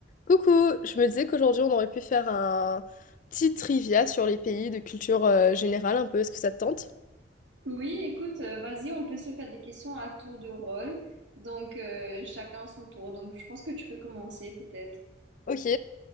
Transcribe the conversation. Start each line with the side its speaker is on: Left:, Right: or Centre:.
Left: Coucou, je me disais qu'aujourd'hui on aurait pu faire un petit trivia sur les pays de culture euh, générale un peu, est-ce que ça te tente?
Right: Oui, écoute, euh, vas-y, on peut se faire des questions à tour de rôle. Donc, euh, chacun son tour. Donc, je pense que tu peux commencer peut-être.
Left: Ok,